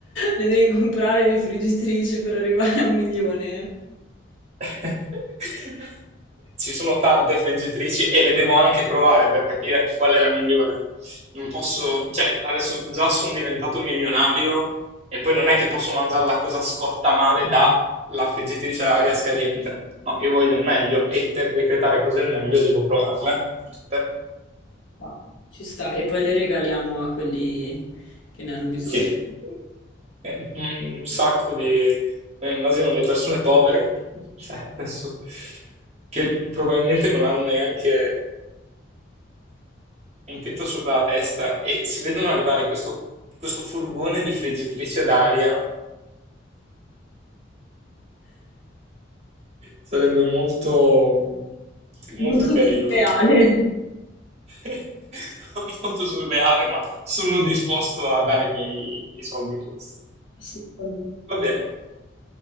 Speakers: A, on the left; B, on the right.
A: Ne devi comprare di friggitrici per arrivare a un milione. eh.
B: <laughs> Ci sono tante friggitrici e le devo anche provare per capire qual è la migliore. Non posso, cioè, adesso già sono diventato milionario e poi non è che posso mangiare la cosa scotta male dalla friggitrice ad aria scadente. No, io voglio il meglio e per decretare cos'è il meglio devo provarle tutte.
A: Ma Ci sta, e poi le regaliamo a quelli che ne hanno bisogno.
B: Sì. Eh, un un sacco di... eh, immagino le persone povere, <laughs> cioè, adesso, che probabilmente non hanno neanche un tetto sopra la testa e si vedono arrivare questo, questo furgone di friggitrici ad aria. Sarebbe molto, molto
A: Molto
B: carino.
A: surreale.
B: <laughs> molto surreale, ma sono disposto a dare i miei, i miei soldi in questo.
A: <laughs> Assolutamente.
B: Va bene,